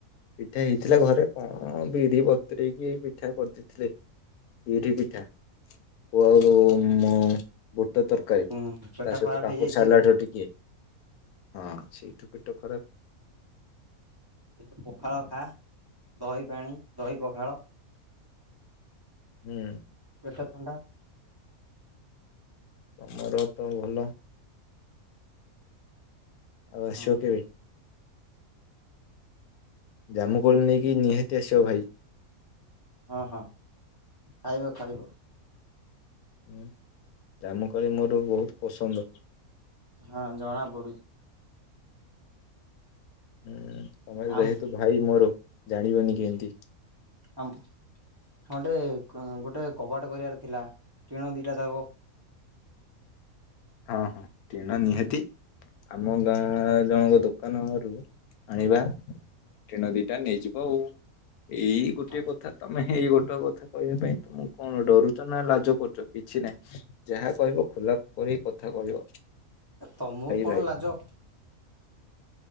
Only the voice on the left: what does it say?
ପିଠା ହେଇଥିଲା ଘରେ କଣ ବିରି ବତରେଇକି ପିଠା କରିଦେଇଥିଲେ, ବିରି ପିଠା, କୁ ଆଉ ମ ମଟର ତରକାରୀ
ତା
ସହିତ
କାକୁଡ଼ି
ସାଲାଡ
ଟିକେ ହଁ ସେଇଠୁ ପେଟ ଖରାପ।
ହୁଁ।
ତମର ତ ଭଲ। ଆଉ ଆସିବ
କେବେ? ଜାମୁକୋଳି ନେଇକି ନିହାତି ଆସିବ ଭାଇ।
ହଁ ଜାମୁକୋଳି ମୋର ବହୁତ ପସନ୍ଦ।
ହୁଁ ତମେ
ଯେହେତୁ ଭାଇ ମୋର। ଜାଣିବନି କେମିତି।
ହଁ ହଁ ଟିଣ ନିହାତି ଆମ ଗାଁ ଜଣଙ୍କ ଦୋକାନରୁ ଆଣିବା ଟିଣ ଦିଟା ନେଇଯିବ ଆଉ। ଏଇ ଗୋଟେ
କଥା ତମେ ଏଇ ଗୋଟେ ଟ କଥା କହିବା ପାଇଁ ତମକୁ କଣ ଡରୁଛ ନା ଲାଜ କରୁଛ। କିଛି ନାହିଁ। ଯାହା କହିବ ଖୋଲା ପରି କଥା କହିବ।
ଭାଇ।